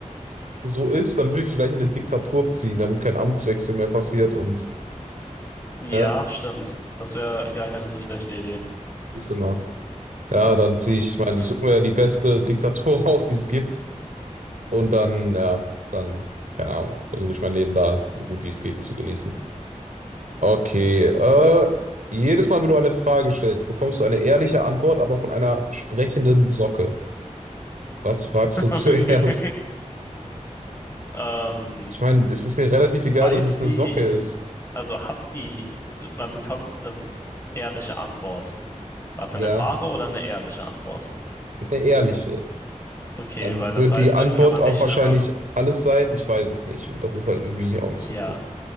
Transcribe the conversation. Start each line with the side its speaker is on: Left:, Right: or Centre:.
Right: so ist, dann würde ich vielleicht in eine Diktatur ziehen, damit kein Amtswechsel mehr passiert und,
Left: Ja,
Right: ne,
Left: stimmt. Das wäre gar keine so schlechte Idee.
Right: siehst du mal. Ja, dann ziehe ich, ich
Left: <laughs>
Right: meine, ich suche mir ja die beste Diktatur <laughs> raus, die es gibt. Und dann, ja, dann, keine Ahnung, versuche ich mein Leben da so gut wie es geht zu genießen. Okay, äh, jedes Mal, wenn du eine Frage stellst, bekommst du eine ehrliche Antwort, aber von einer sprechenden Socke. Was fragst du <laughs> zuerst?
Left: Okay. Ähm,
Right: Ich meine, es ist mir relativ egal,
Left: weiß
Right: dass es
Left: die,
Right: eine Socke ist.
Left: also hat die, man bekommt eine ehrliche Antwort. Warte,
Right: Ja,
Left: eine wahre oder eine ehrliche Antwort?
Right: mit einer ehrliche.
Left: Okay,
Right: Dann
Left: weil das
Right: wird
Left: heißt,
Right: die Antwort
Left: dann kann man
Right: auch
Left: nicht
Right: wahrscheinlich
Left: einfach,
Right: alles sein, ich weiß es nicht. Und das ist halt irgendwie auch nicht
Left: ja,
Right: so cool.